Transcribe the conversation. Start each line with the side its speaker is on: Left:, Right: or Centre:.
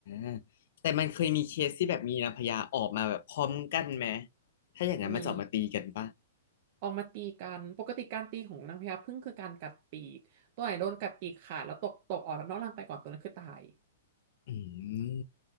Left: าแต่มันเคยมีเคสที่แบบมีนางพญาออกมาแบบพร้อมกันไหมถ้าอย่างนั้นมาจอบมาตีกันป่ะ
Right: มี ออกมาตีกันปกติการตีของนางพญาผึ้งคือการกัดปีก ตัวไหนโดนกัดปีกขาดแล้วตกตกออกนอกร่างไปก่อนตัวนั้นคือตาย
Left: อืม